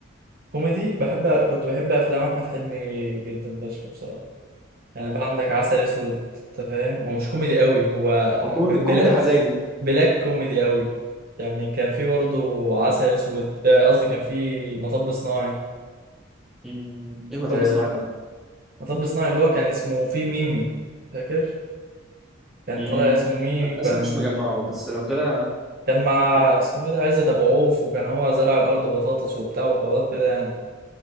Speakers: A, on the right (about 45°); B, in the centre.
A: كوميدي بحب كنت بحب أفلام أحمد حلمي جدا فشخ بصراحة يعني بقى عندك عسل أسود أنت فاهم هو مش كوميدي قوي هو
B: هو كوميدي
A: ب-
B: كوميدي
A: بلا
B: حزيني
A: بلاك كوميدي قوي يعني كان في برضه عسل أسود آه، قصدي كان في مطب صناعي
B: مم، ايه مطب
A: آه،
B: صناعي ده
A: مطب صناعي اللي هو كان اسمه في ميمي فاكر كان
B: مم،
A: طالع اسمه ميمي
B: انا
A: وكان
B: حاسس إن مش مجمعه بس لو كده
A: كان مع
B: لو
A: اسمه ايه ده عزت ابو عوف وكان هو زرع الارض بطاطس وبتاع وحوارات كده يعني